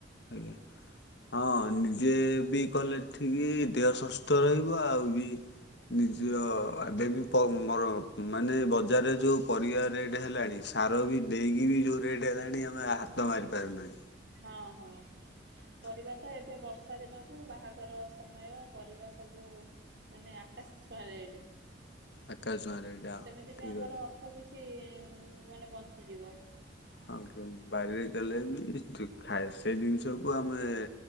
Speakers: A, on the left; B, on the right.
A: ଆଜ୍ଞା। ହଁ ନିଜେ ବି କଲେ ଠିକି ଦେହ ସୁସ୍ଥ ରହିବ ଆଉ ବି। ନିଜ ଏବେ ବି ପ ମ ମାନେ ବଜାରରେ ଯୋଉ ପରିବା ରେଟ୍ ହେଲାଣି। ସାର ବି ଦେଇକି ବି ଯୋଉ ରେଟ୍ ହେଲାଣି ଆମେ ହାତ ମାରିପାରୁନାହିଁ।
B: ହଁ ହଁ ପରିବା ତ ଏବେ ବର୍ଷ ର୍ଷା ଦିନକୁ ବାହାଘର ସମୟ ପରିବା ସବୁ। ମାନେ ଆକାଶ୍ ଛୁଆଁ ରେଟେ।
A: ଆକାଶ ଛୁଆଁ ରେଟ୍ ଆଉ।
B: ସେମିତି
A: ଠିକ୍
B: ବି ଆମର
A: କଥା
B: ଅର୍ଥ କିଛି ମାନେ ବଞ୍ଚିଯିବ।
A: ହଁ କେ ବାରିରେ ଦେଲେ ବି ଯୁ ଖାଏ ସେ ଜିନିଷକୁ ଆମେ।